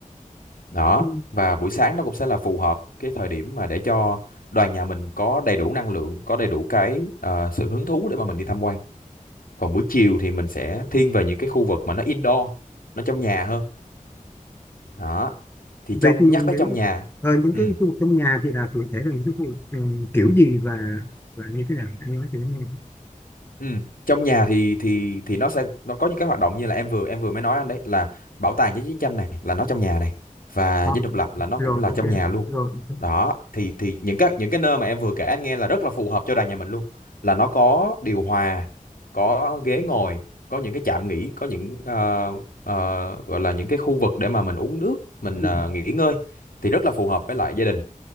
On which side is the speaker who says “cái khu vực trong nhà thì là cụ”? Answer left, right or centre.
Left